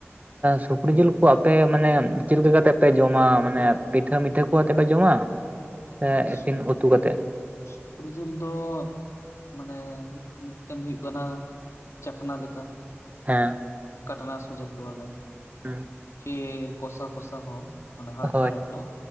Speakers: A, on the right; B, on the left.
A: ᱥᱩᱠᱨᱤ ᱡᱤᱞ ᱠᱚ ᱟᱯᱮ ᱢᱟᱱᱮ ᱪᱮᱫ ᱞᱮᱠᱟ ᱠᱟᱛᱮᱜ ᱯᱮ ᱡᱚᱢᱟ, ᱢᱟᱱᱮ ᱯᱤᱴᱷᱟᱹ ᱢᱤᱴᱷᱟᱹ ᱠᱚ ᱟᱛᱮ ᱯᱮ ᱡᱚᱢᱟ? ᱮ ᱤᱥᱤᱱ
B: ᱥᱩᱠ
A: ᱩᱛᱩ ᱠᱟᱛᱮ ᱾
B: ᱥᱩᱠᱨᱤ ᱡᱤᱞ ᱫᱚ, ᱢᱟᱱᱮ ᱢᱤᱫ ᱢᱤᱫᱴᱮᱱ ᱫᱚ ᱦᱩᱭᱩᱜ ᱠᱟᱱᱟ ᱪᱟᱠᱷᱱᱟ ᱞᱮᱠᱟ᱾
A: ᱦᱮᱸ,
B: ᱠᱟᱴᱟᱱᱟ ᱥᱩᱡᱚᱠ ᱛᱮ ᱵᱚᱞᱮ
A: ᱦᱩᱸ
B: ᱯᱷᱤᱨ ᱠᱚᱥᱟ ᱠᱚᱥᱟ ᱦᱚᱸ ᱢᱟᱱᱮ ᱦᱟᱞᱠᱟ
A: ᱦᱳᱭ
B: ᱞᱮᱴᱚ